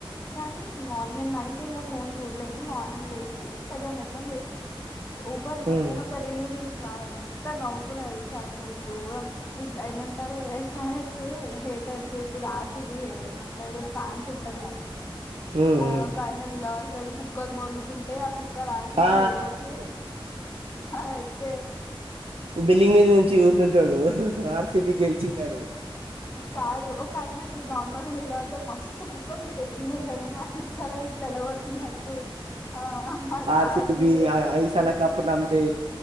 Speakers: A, on the left; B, on the right.
A: కానీ మార్నింగ్ నైట్ ఇంకా ఫోన్ చూడలేను మార్నింగ్ చేసి సగం ఓపెన్ చేసిన ఓపెన్ చెయంగానే
B: ఉమ్
A: ఒక రీల్ చూసినా నేను ఇంత నవ్వుకుని చేస్తారు మూరం ఇట్లా ఏమంటారు <unintelligible> ఇప్పుడు ఆర్సిబి ఏమ టారు ఫ్యాన్స్ ఉంటారుగా
B: ఉమ్
A: ఆ <unintelligible>
B: ఉమ్
A: <unintelligible> కుక్కలు మరుగుతుంటే ఆ కు క్లాస్ పీకేటట్టు
B: ఆ
A: అదే
B: బిల్లింగ్ మీద చూస్తుంటాడు ఆర్సిబి గెలిచిందని
A: కాదు ఒక అయినా ఇట్లా నార్మల్గా <unintelligible> మస్తు కుక్కలు ఉంటాయి రియల్ గానే ఆ కుక్కలుని ఇట్లా ఎలా పడుతున్నట్టు ఆ
B: ఆర్
A: ఆర్సిబి
B: సి బి ఇగ
A: హేటర్స్
B: ఇసాలా కప్పు మందే